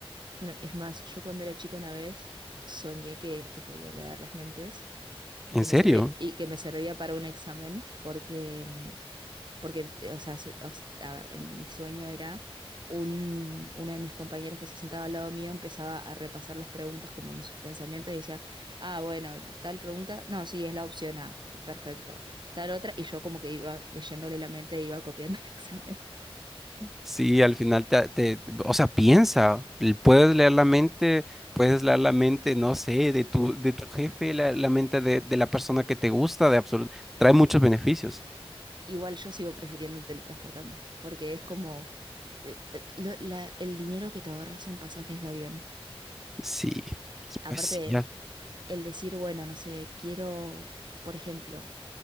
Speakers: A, on the right (about 50°); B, in the centre.
A: Bueno, es más, yo cuando era chica una vez soñé que, que podía leer las mentes y
B: ¿En
A: que
B: serio?
A: me servía, y que me servía para un examen porque mm, Porque, eh, o sea, se- os- a ver, en mi sueño era un, uno de mis compañeros que se sentaba al lado mío empezaba a repasar las preguntas como en sus pensamientos y decía, ah, bueno, tal pregunta, no, sí, es la opción A, perfecto, tal otra, y yo como que iba leyéndole la mente e iba copiando <laughs> el examen.
B: Sí, al final te, te- o sea, piensa, l- puedes leer la mente, puedes leer la mente, no sé, de tu, de tu jefe, la, la mente de, de la persona que te gusta, de absoluto, trae muchos beneficios.
A: Igual yo sigo prefiriendo el teletransportarme, porque es como eh, eh, lo- la- el dinero que te ahorras en pasajes de avión.
B: Sí,
A: Aparte,
B: pues sí, al-
A: el decir, bueno, no sé, quiero, por ejemplo,